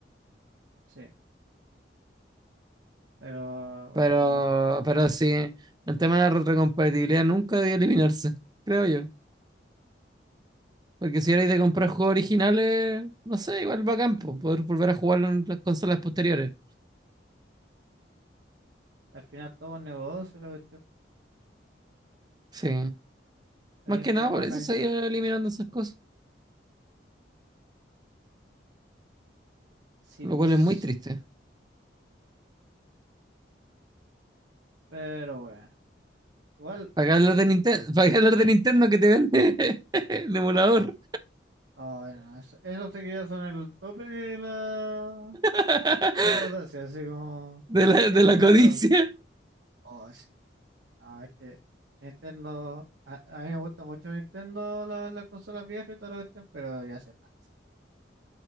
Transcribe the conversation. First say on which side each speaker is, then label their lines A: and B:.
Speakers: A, on the right; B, on the right.
A: sí, pero bueno,
B: Pero,
A: igual.
B: pero sí, el tema de la retrocompatibilidad nunca debió eliminarse, creo yo. Porque si erais de comprar juegos originales, no sé, igual bacán, campo poder volver a jugarlo en las consolas posteriores.
A: Al final todo es un negocio, la cuestión.
B: Sí.
A: ¿A
B: Más
A: quién
B: que
A: queremos
B: nada por
A: engañar?
B: eso se iban eliminando esas cosas,
A: civis
B: lo cual es muy triste.
A: Pero bueno, igual,
B: Para qué hablar
A: por
B: de
A: el-
B: Nintendo, <laughs> para qué hablar de Nintendo que te vende <laughs> el emulador
A: ay, no, eso, eso sí que ya son el tope de la,
B: <laughs>
A: de la audacia, así como
B: de la,
A: ellos
B: de la
A: crearon
B: codicia.
A: la audacia. Oh, sí. No, es que Nintendo, a, a mí me gusta mucho Nintendo, la- las consolas viejas y toda la cuestión, pero ya se pasa,